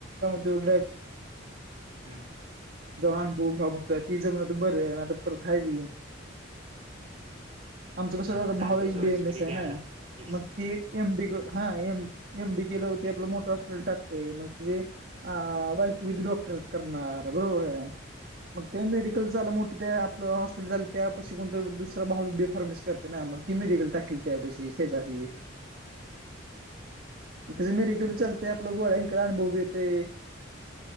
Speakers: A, on the right (about 50°); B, on the right (about 30°).
A: जव
B: हम्म.
A: अनभव म्हणतो ती ज म्हण तर बर आहे ना पर खायच आमचं कसं
B: हा चालते
A: भाव
B: सोड
A: बी एम
B: स्प्रे
A: स आहे
B: घ्यायला.
A: ना
B: एक्स
A: मग ते एमडी हा एमडी केलं होते आपलं मोठ टाकते मग ति अ बायकविध डॉक्टर करणार बरोबर आहे मग ते मेडिकल आलं मोठं ते आपलं हॉस्पिटल आलं त्या पशी कोणत दुसरा भावी बेफारमेस करते ना म तीमेडील टाकल त्या पेक्षा शेजारी <inaudible>